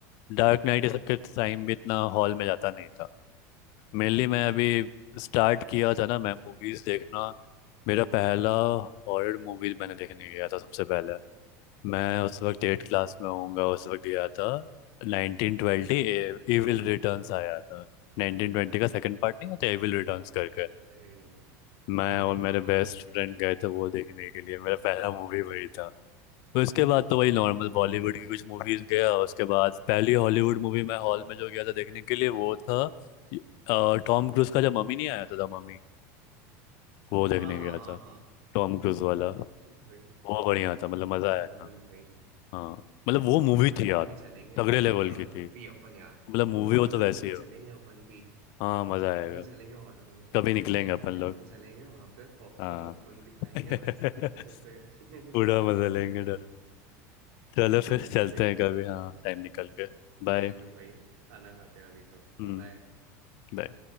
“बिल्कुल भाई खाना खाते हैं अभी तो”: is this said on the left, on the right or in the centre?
Right